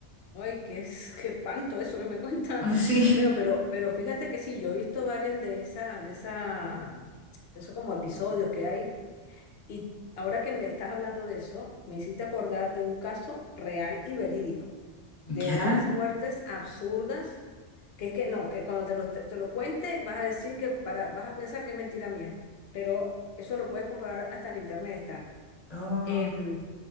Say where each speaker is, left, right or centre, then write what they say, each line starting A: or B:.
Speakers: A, on the left; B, on the left.
A: ay, qué, es- qué espanto eso que me cuenta.
B: <laughs> Sí.
A: Bueno, pero, pero fíjate que sí, yo he visto varias de esas, de esa, esos como episodios que hay. Y ahora que me estás hablando de eso, me hiciste acordar de un caso real y verídico, de
B: ¿Ya?
A: unas muertes absurdas, que es que no, que cuando te lo, te lo cuente vas a decir que para, vas a pensar que es mentira mía. Pero eso lo puedes comprobar hasta en internet está.
B: Oh,
A: Em,